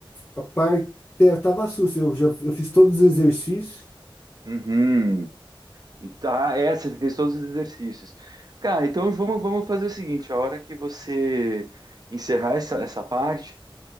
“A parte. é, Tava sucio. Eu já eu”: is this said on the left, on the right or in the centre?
Left